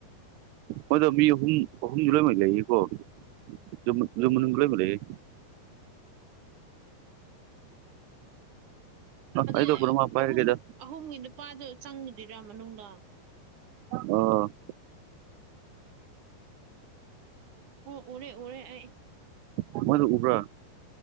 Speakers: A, on the right; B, on the right.
A: ꯃꯣꯏꯗꯣ ꯃꯤ ꯑꯍꯨꯝ ꯑꯍꯨꯝ ꯂꯣꯏꯅꯃꯛ ꯂꯩꯌꯦꯀꯣ ꯌꯨꯝ ꯃꯅꯨꯡꯗ ꯂꯣꯏꯅꯃꯛ ꯂꯩꯌꯦ
B: ꯑꯗꯨ
A: ꯑꯩꯗꯣ ꯀꯩꯅꯣꯝꯃ ꯄꯥꯏꯔꯒꯦꯗ
B: ꯑꯍꯨꯝ ꯑꯍꯨꯝꯒꯤ ꯅꯨꯄꯥꯗꯣ ꯆꯪꯒꯤꯗꯣꯏꯔ ꯃꯅꯨꯡꯗ
A: ꯑꯣ
B: ꯑꯣ ꯎꯔꯦ ꯎꯔꯦ ꯑꯩ
A: ꯑꯃꯗꯨ ꯎꯕ꯭ꯔꯥ